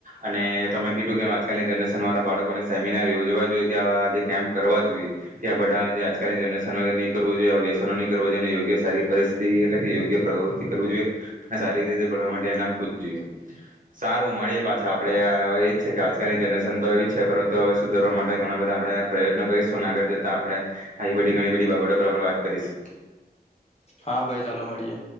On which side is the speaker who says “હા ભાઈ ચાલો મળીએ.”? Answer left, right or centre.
Left